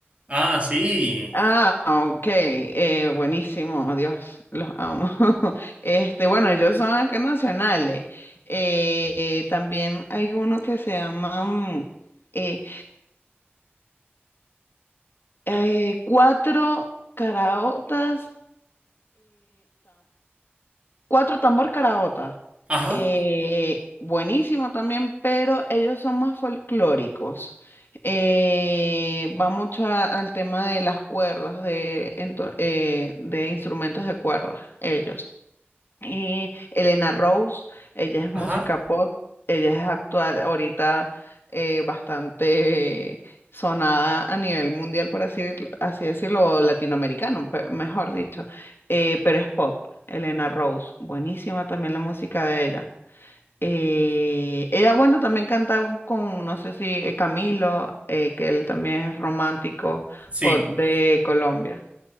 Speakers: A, on the right (about 30°); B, on the left (about 60°).
A: Ah, sí.
B: Ah, ok, eh, buenísimo, Dios, los amo. <laughs> Este, bueno, ellos son acá nacionales. Eh, eh, también hay uno que se llama mm, eh, eh, Cuatro Caraotas Cuatro Tambor Caraota.
A: Ajá,
B: Eh, buenísimo también, pero ellos son más folclóricos. Eh, va mucho a- al tema de las cuerdas, de, ento- eh, de instrumentos de cuerdas, ellos. Y Elena Rose, ella es música
A: ajá,
B: pop, ella es actual, ahorita eh, bastante eh, sonada a nivel mundial, por así, decirlo- así decirlo, o latinoamericano, pe- mejor dicho, eh, pero es pop. Elena Rose, buenísima también la música de ella. Eh, ella, bueno, también canta con, no sé si eh, Camilo, eh, que él también es romántico
A: sí.
B: pop de Colombia.